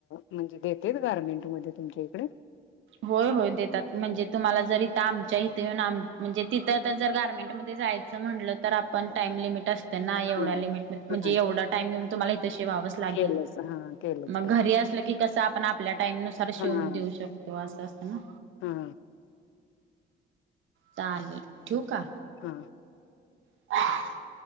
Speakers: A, on the left (about 80°); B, on the right (about 75°).
A: म्हणजे देत्यात गारमेंट मध्ये तुमच्या इकडे?
B: होय होय देतात. म्हणजे तुम्हाला जर इथ आमच्या इथ येऊन आम म्हणजे तिथ जर गारमेंट्समध्ये जायच म्हटलं तर आपण टाइम लिमिट असतना ना एवढ्या
A: हा
B: लिमिटमध्ये, म्हणजे
A: हा
B: एवढा टाम लिमट तुम्हाला हित शिवावच लागेल,
A: केलंच हा केलंच
B: मग
A: पाहिजे
B: घरी असल की कस आपण आपल्या टाईम नुसार शिवून
A: हा
B: देऊ शकतो. तो असं असताना.
A: हा.
B: चालेल ठीवू का?
A: हा.
B: <inaudible>